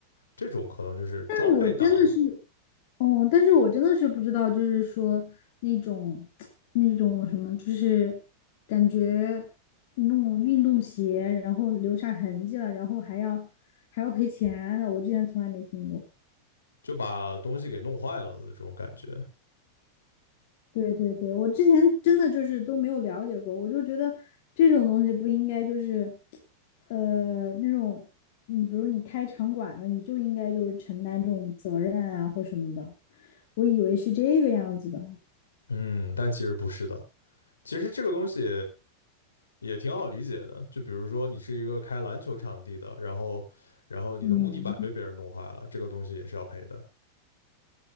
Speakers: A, on the left; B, on the left.
A: 这种可能就是装备党
B: 但是我真的是哦，但是我真的是不知道，就是说那种 <tsk> 那种什么，就是感觉弄运动鞋，然后留下痕迹了，然后还要还要赔钱的，我之前从来没听过。
A: 就把东西给弄坏了的这种感觉。
B: 对对对，我之前真的就是都没有了解过，我就觉得这种东西不应该就是，呃，那种你比如你开场馆的，你就应该就是承担这种责任啊或什么的，我以为是这个样子的，
A: 嗯，但其实不是的。其实这个东西也挺好理解的，就比如说你是一个开篮球场地的，然后然后你的木地板被别人弄坏了，
B: 嗯。
A: 这个东西也是要赔的。